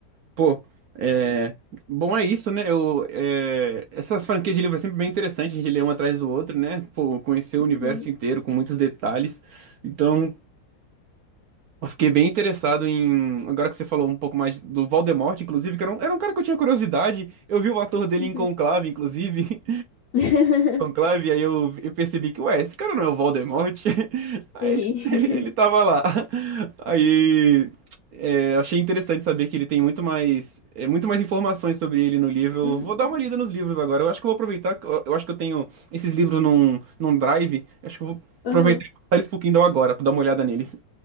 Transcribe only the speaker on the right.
Pô, é... Bom, é isso, né? Eu, é... Essas franquias de livro é sempre bem interessante, a gente lê um atrás do outro, né? Pô, conhecer o
universo inteiro com muitos detalhes. Então, eu fiquei bem interessado em... Agora que você falou um pouco mais do Voldemort, inclusive, que era um, era um cara que eu tinha curiosidade. Eu vi o ator dele
em Conclave, inclusive
conclave, aí eu, eu percebi que, ué, esse cara não é o Voldemort? <laughs> Aí
ele, ele, ele
tava lá. Aí é, achei interessante saber que ele tem muito mais, é, muito mais informações sobre ele no livro.
Eu Vou dar uma lida nos livros agora. Eu acho que eu vou aproveitar, que eu, eu acho que eu tenho esses livros num, num drive. Acho que eu vou
aproveitar e passar eles pro Kindle agora, pra dar uma olhada neles.